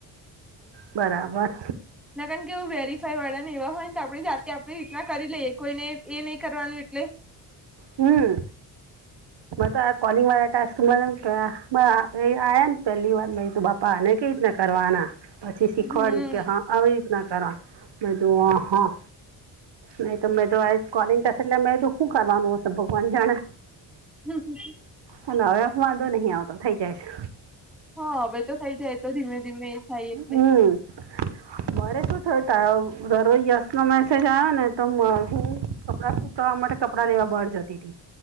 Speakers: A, on the right; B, in the centre.
A: બરાબર
B: ના કારણ કેવું વેરી કઈ વાળા ને એવા હોય ને તો આપણી જાતે આપણી રીતના કરી લઈએ કોઈને એ નહી કરવાનું એટલે.
A: હમ મ તો કોલિંગ વાળા ક આયા ને પહેલી વાર ત બાપ પાને કઈ રીના કરવાના પછી શીખવાડ્યું
B: હમ
A: કે હા. આવી રીતના કરવા મેં તોો હા નહીં તોમેં તોો આ જ કોલની કસ લ મે રુખુંગ માનું ભગવાન જાણ.
B: હમ હમ
A: હવે વાંધો નહી આવતો થઇ જાય છે.
B: હા હવે તો થઈ જાય તો ધીમે ધીમે એ થાય એટલે
A: હમ મારે શું થય તરો યશ નો મેસેજ આવ્યો ને તો હું. કપડા સુક કરવાવા માટે કપડાં લેવા બહાર જતી હતીી